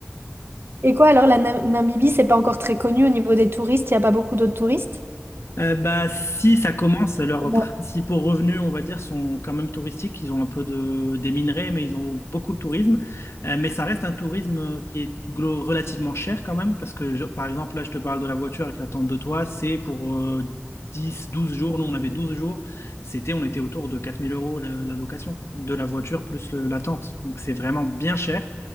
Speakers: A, on the right (about 60°); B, on the left (about 80°).
A: Et quoi alors, la Na- Namibie, c'est pas encore très connu au niveau des touristes, il n'y a pas beaucoup d'autres touristes.
B: Euh, bah, si ça commence, leurs
A: Ou-
B: principaux revenus, on va dire, sont quand même touristiques. Ils ont un peu de, des minerais, mais ils ont beaucoup de tourisme. Euh, mais ça reste un tourisme euh, qui est glo- relativement cher quand même, parce que, je- par exemple, là, je te parle de la voiture avec la tente de toit, c'est pour euh, 10, 12 jours. Nous, on avait 12 jours. C'était, on était autour de 4000 euros la, la location de la voiture plus le- la tente. Donc, c'est vraiment bien cher.